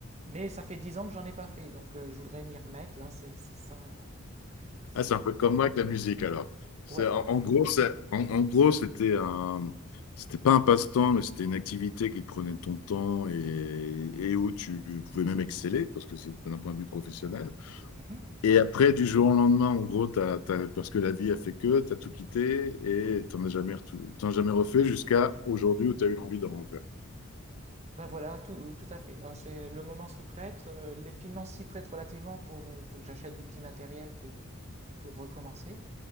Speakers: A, on the right; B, on the left.
A: Mais ça fait dix ans que j'en ai pas fait, donc euh, je voudrais m'y remettre, là, c'est c'est ça. ça-
B: Ah, c'est un peu comme moi avec la musique alors. C'est,
A: Ouais.
B: en, en gros, c'est- en, en gros, c'était un, c'était pas un passe-temps, mais c'était une activité qui te prenait de ton temps et, et où tu pouvais même exceller parce que c'était d'un point de vue professionnel.
A: Mhm.
B: Et après, du jour au lendemain, en gros, t'as, t'as- parce que la vie a fait que, tu as tout quitté et t'en as jamais, retou- t'en as jamais refait jusqu'à aujourd'hui où tu as eu l'envie d'en refaire.
A: Ben voilà, tout, tout à fait. Là, c'est le moment s'y prête, euh, les finances s'y prêtent relativement pour, euh, pour que j'achète du petit matériel pour, pour recommencer.